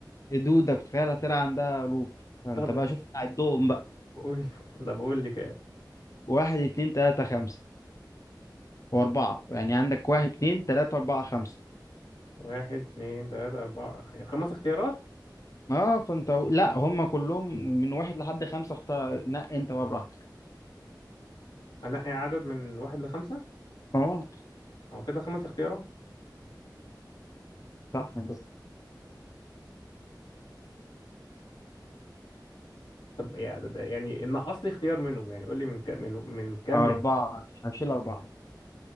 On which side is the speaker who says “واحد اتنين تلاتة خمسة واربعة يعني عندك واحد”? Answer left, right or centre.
Left